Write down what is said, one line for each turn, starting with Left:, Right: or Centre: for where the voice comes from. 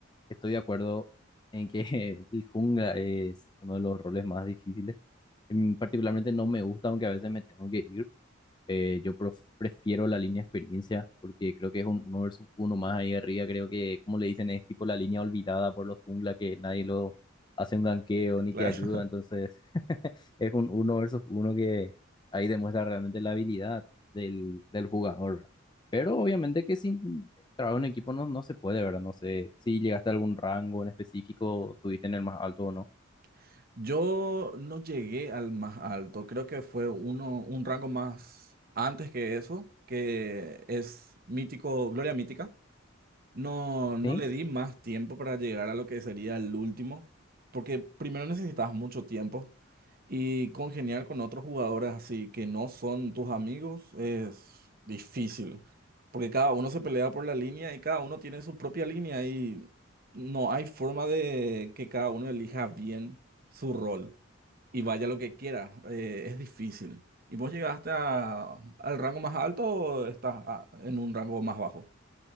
Left: estoy de acuerdo en que <laughs> el jungla es uno de los roles más difíciles. En- Particularmente no me gusta, aunque a veces me tengo que ir. Eh, yo prof- prefiero la línea experiencia porque creo que es un uno versus uno más ahí arriba. Creo que, como le dicen, es tipo la línea olvidada por los jungla que nadie lo hace un ganqueo ni
Right: claro,
Left: te ayuda. Entonces, <laughs> es un uno versus uno que ahí demuestra realmente la habilidad del, del jugador, ¿verdad? Pero obviamente que sin trabajo en equipo no, no se puede, ¿verdad? No sé si llegaste a algún rango en específico, estuviste en el más alto o no.
Right: <laughs> yo no llegué al más alto, creo que fue uno, un rango más antes que eso, que es mítico, Gloria Mítica. No, no
Left: Sí.
Right: le di más tiempo para llegar a lo que sería el último, porque primero necesitas mucho tiempo y congeniar con otros jugadores así que no son tus amigos es difícil, porque cada uno se pelea por la línea y cada uno tiene su propia línea y no hay forma de que cada uno elija bien su rol y vaya lo que quiera, eh, es difícil. ¿Y vos llegaste a- al rango más alto o estás a- en un rango más bajo?